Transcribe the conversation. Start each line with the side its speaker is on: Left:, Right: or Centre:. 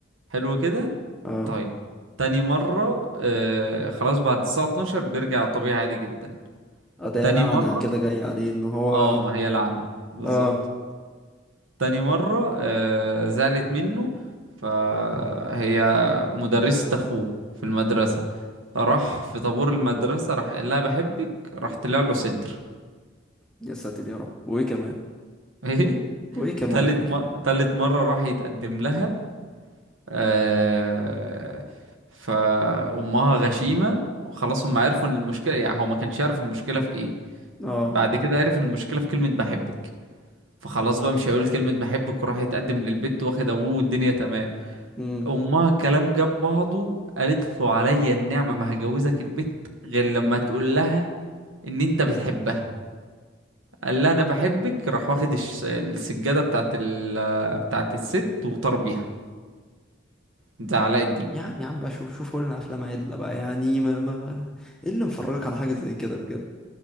Right: حلو كده
Centre: اه
Right: طيب تاني مره آه خلاص بعد الساعه 12 بيرجع طبيعي عادي جدا
Centre: آه، ده يا
Right: تاني
Centre: لعنة
Right: مره
Centre: كده جاية عليه ان هو
Right: اه ما هي لعنه بالظبط
Centre: اه
Right: تاني مره آه زعلت منه فهي مدرسه اخوه في المدرسه راح في طابور المدرسة راح قال لها بحبك راح طلع له صدر
Centre: يا ساتر يا رب وايه كمان
Right: <laughs> ايه
Centre: وايه كمان
Right: تالت
Centre: وايه كمان
Right: م... تالت مرة راح يتقدم لها آه... فأمها غشيمة وخلاص هم عرفوا ان المشكلة يعني هو ما كانش يعرف المشكلة في ايه
Centre: اه
Right: بعد كده عرف المشكلة في كلمة بحبك فخلاص بقى مش هيقول كلمة بحبك وراح يتقدم للبت واخد ابوه والدنيا تمام
Centre: امم
Right: امها الكلام جاب بعضه قالت له عليا النعمة ما هجوزك البت غير لما تقول لها ان انت بتحبها قال لها انا بحبك راح واخد الش- السجاده بتاعت ال... بتاعت الست وطار بيها ده علاء الدين
Centre: يا عم يا عم بقى شوف شوفوا لنا افلام عدلة بقى يعني ما ما ما- ايه اللي مفرجك على حاجة زي كده بجد